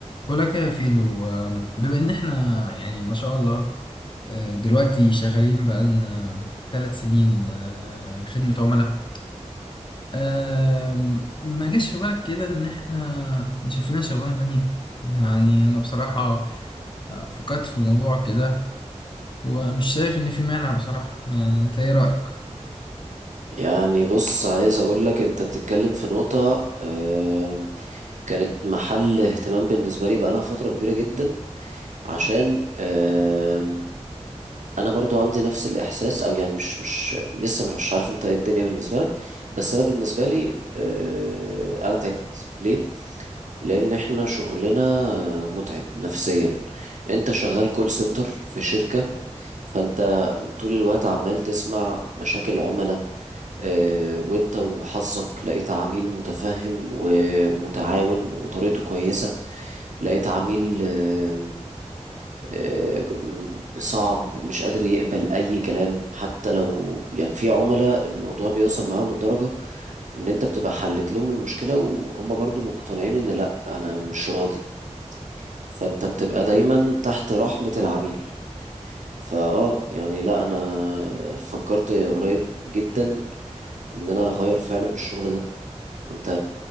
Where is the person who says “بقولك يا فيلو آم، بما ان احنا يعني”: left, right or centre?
Left